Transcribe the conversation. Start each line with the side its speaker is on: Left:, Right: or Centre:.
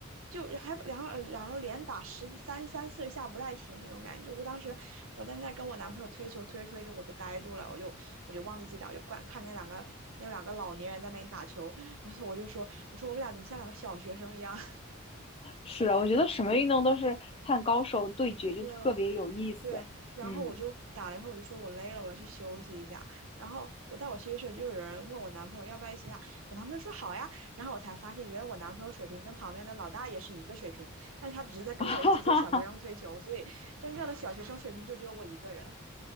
Right: 就还然后然后连打十几三三四十下不带停那种感觉。我当时我在那跟我男朋友推球，推着推着我都呆住了，我就我就忘记自己打，我就怪看着那两个那两个老年人在那里打球，我说我就说我说我们俩怎么像两个小学生一样？
Left: 是啊，我觉得什么运动都是看高手对决就特别有意思，
Right: <laughs> 对。对，然后我就打了一会儿，
Left: 嗯，
Right: 我就说我累了，我要去休息一下。然后我在我休息的时候，就有人问我男朋友要不要一起打，我男朋友说好呀。然后我才发现，原来我男朋友水平跟旁边的老大爷是一个水平，但是他只是在跟我一起做小学生推球，
Left: <laughs> 哈哈哈，
Right: 所以真正的小学生水平就只有我一个人。